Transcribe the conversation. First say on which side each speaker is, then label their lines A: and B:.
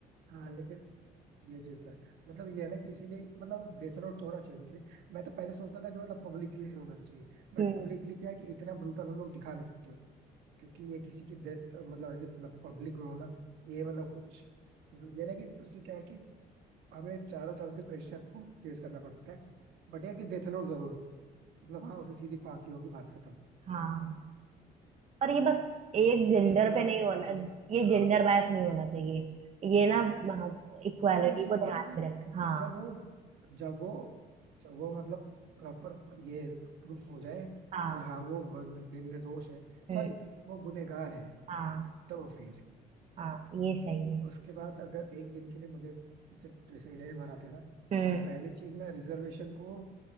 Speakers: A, on the right; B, on the right.
A: हाँ लेकिन ये चीज तो है मतलब ये है ना कि इसीलिए मतलब डेथ नोट तो होना चाहिए उनके लिए मैं तो पहले सोचता था कि मतलब पब्लिकली होना चाहिए बट
B: हम्म
A: पब्लिकली क्या है कि इतना ब्रूटल हम लोग दिखा नहीं सकते क्योंकि ये किसी की डेथ मतलब ऐसे पब्लिक में होना ये मतलब कुछ मतलब ये ना कि उससे क्या है कि हमें चारों तरफ से प्रेशर को फेस करना पड़ता है बट यह कि डेथ नोट जरूर मतलब हाँ उसे सीधी फांसी होगी बात खत्म
B: हाँ पर ये बस एक जेंडर
A: उसके बाद
B: पे नहीं होना
A: अब जैसे
B: ये
A: हाँ
B: जेंडर बायस नहीं होना चाहिए ये ना इक्वालिटी
A: मैंने इसीलिए
B: को
A: बोला
B: ध्यान
A: कि
B: में रख हाँ
A: जब वो जब वो जब वो मतलब प्रॉपर ये प्रूफ हो जाए
B: हाँ
A: कि हाँ वो वन- दिन निर्दोष है
B: हम्म
A: सॉरी वो गुनहगार है
B: हाँ
A: तो फिर
B: हाँ ये सही है
A: उसके बाद अगर एक दिन के लिए मुझे जैसे प्रेसिडेंट बनाते ना
B: हम्म
A: तो पहली चीज मैं रिजर्वेशन को